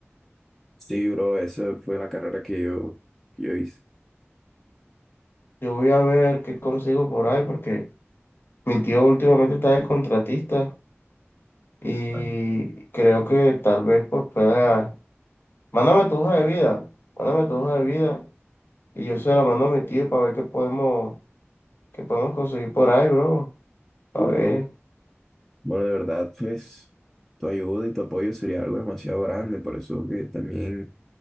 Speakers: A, in the centre; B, on the left.
A: Sí, bro, esa fue la carrera que yo, que yo hice.
B: Yo voy a ver qué consigo por ahí porque mi tío últimamente está de contratista y
A: Ah,
B: creo que tal vez pues pueda... Mándame tu hoja de vida, mándame tu hoja de vida Y yo se la mando a mi tío para ver qué podemos, qué podemos conseguir por ahí, bro. A
A: tú,
B: ver,
A: bro. Bueno, de verdad, pues, tu ayuda y tu apoyo sería algo demasiado grande, por eso que también